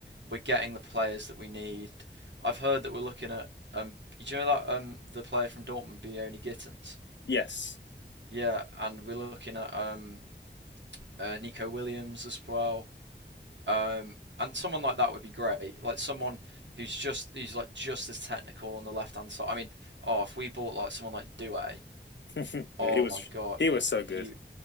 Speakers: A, on the right; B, on the left.
A: we're getting the players that we need. I've heard that we're looking at um, do you know that um the player from Dortmund, Bioni Gittens?
B: Yes.
A: Yeah, and we're looking at um uh, Nico Williams as well. Um, and someone like that would be great. Like someone who's just who's like just as technical on the left hand side. I mean, oh, if we bought like someone like Douay,
B: <laughs> Yeah,
A: oh
B: he was.
A: my god,
B: He was so good.
A: he